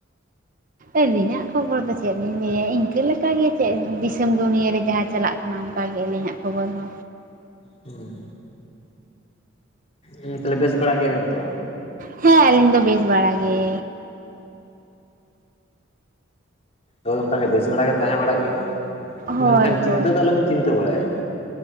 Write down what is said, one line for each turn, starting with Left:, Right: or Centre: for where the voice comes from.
Right: ᱟᱹᱞᱤᱧᱟᱜ ᱠᱷᱚᱵᱚᱨ ᱫᱚ ᱪᱮᱫ ᱞᱤᱧ ᱞᱟᱹᱭᱟ ᱤᱱᱠᱟᱹ ᱞᱮᱠᱟᱜᱮ ᱪᱮᱫ ᱫᱤᱥᱚᱢ ᱫᱩᱱᱭᱟ ᱨᱮ ᱡᱟᱦᱟᱸ ᱪᱟᱞᱟᱜ ᱠᱟᱱᱟ ᱚᱱᱠᱟ ᱜᱮ ᱟᱹᱞᱤᱧᱟᱜ ᱠᱷᱚᱵᱚᱨ ᱫᱚ
Left: ᱦᱮᱸ ᱦᱮᱸ ᱛᱟᱦᱚᱞᱮ ᱵᱮᱥ ᱵᱟᱲᱟ ᱜᱮᱭᱟᱵᱤᱱ ᱛᱚ
Right: ᱦᱮᱸ ᱟᱹᱞᱤᱧ ᱫᱚ ᱵᱮᱥ ᱵᱟᱲᱟ ᱜᱮ
Left: ᱦᱳᱭ ᱚᱱᱠᱟᱜᱮ ᱵᱮᱥ ᱵᱮᱲᱟᱜ ᱜᱮ ᱛᱟᱦᱮᱸ ᱵᱟᱲᱟᱜ ᱵᱤᱱ
Right: ᱦᱳᱭ
Left: ᱢᱮᱱᱠᱷᱟᱱ
Right: ᱦᱳᱭ
Left: ᱪᱤᱱᱛᱟᱹ ᱫᱚ ᱟᱞᱚᱵᱤᱱ ᱪᱤᱱᱛᱟᱹ ᱵᱟᱲᱟᱭᱟ